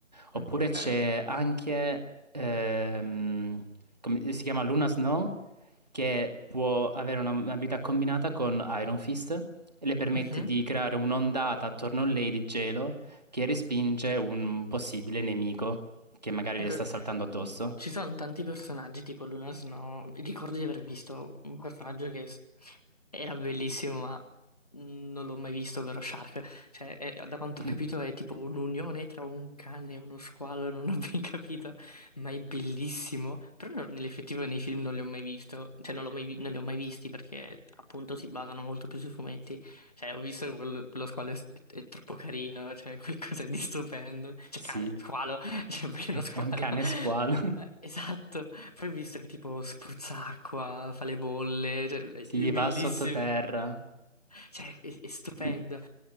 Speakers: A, on the right; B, on the left.
A: Oppure
B: Mm, ok.
A: c'è anche, ehm, come si chiama Luna Snow? che può avere una- un'abilità combinata con Iron Fist e le permette
B: Mhm.
A: di creare un'ondata attorno a lei di gelo che respinge un possibile nemico che magari
B: Ecco,
A: le sta saltando addosso.
B: Ci sono tanti personaggi, tipo Luna Snow. Ricordo di aver visto un personaggio che s- era bellissimo, ma non l'ho mai visto, ovvero Shark. Cioè, è- da quanto
A: <laughs>
B: ho capito è tipo un'unione tra un cane e uno squalo, non ho <laughs> ben capito, ma è bellissimo. Però no- nell'effettivo nei film non li ho mai visto, cioè non, l'ho mai vi- non li ho mai visti perché appunto si basano molto più sui fumetti. Cioè, ho visto che quel- quello squalo è, è troppo carino, cioè qualcosa di stupendo. Cioè,
A: Sì,
B: cane, squalo, <laughs> cioè perché uno squalo?
A: è un cane squalo. <laughs>
B: Eh, esatto. Poi ho visto che tipo spruzza acqua, fa le bolle, cioè, è
A: Sì,
B: è bellissimo.
A: va sottoterra.
B: Cioè, è, è stupendo.
A: Mi,